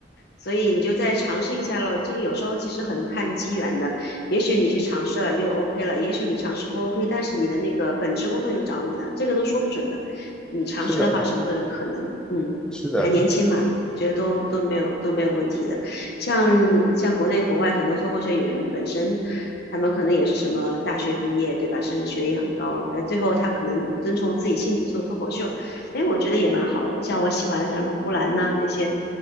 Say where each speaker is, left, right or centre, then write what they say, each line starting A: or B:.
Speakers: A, on the left; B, in the centre.
A: 所以你就再尝试一下咯。就有时候其实很看机缘的，也许你去尝试了又 OK 了，也许你尝试不 OK，但是你的那个本职工作又找你了，这个都说不准的。你尝试的话，
B: 是的，
A: 什么都有可能。嗯，
B: 是的，
A: 还年轻嘛，觉得都都没有都没有问题的。像像国内国外很多脱口秀演员本身。他们可能也是什么大学毕业，对吧？甚至学历很高，呃，最后他可能遵从自己兴趣做脱口秀，哎，我觉得也蛮好的。像我喜欢的像什么呼兰呐、那些，